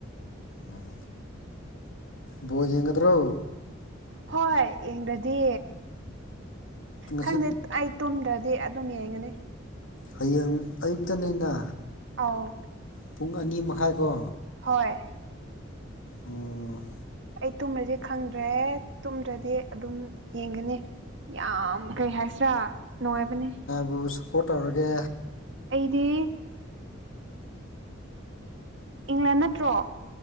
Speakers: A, on the left (about 85°); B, on the right (about 65°).
A: ꯎꯝ ꯕꯣꯟꯗꯤ ꯌꯦꯡꯒꯗ꯭ꯔꯣ
B: ꯍꯣꯏ ꯌꯦꯡꯗ꯭ꯔꯗꯤ
A: ꯉꯁꯤ
B: ꯈꯪꯗꯦ ꯑꯩ ꯇꯨꯝꯗ꯭ꯔꯗꯤ ꯑꯗꯨꯝ ꯌꯦꯡꯒꯅꯤ
A: ꯍꯌꯦꯡ ꯑꯌꯨꯛꯇꯅꯤꯅ
B: ꯑꯥꯎ
A: ꯄꯨꯡ ꯑꯅꯤ ꯃꯈꯥꯏꯀꯣ
B: ꯍꯣꯏ
A: ꯑꯣ
B: ꯑꯩ ꯇꯨꯝꯃꯗꯤ ꯈꯪꯗ꯭ꯔꯦ ꯇꯨꯝꯗ꯭ꯔꯗꯤ ꯑꯗꯨꯝ ꯌꯦꯡꯒꯅꯤ ꯌꯥꯝ ꯀꯩ ꯍꯥꯏꯁꯤꯔꯥ ꯅꯨꯡꯉꯥꯏꯕꯅꯦ
A: ꯕꯣꯟꯁꯨ ꯄꯣꯠ ꯇꯧꯔꯒꯦ
B: ꯑꯩꯗꯤ ꯏꯪꯂꯦꯟ ꯅꯠꯇ꯭ꯔꯣ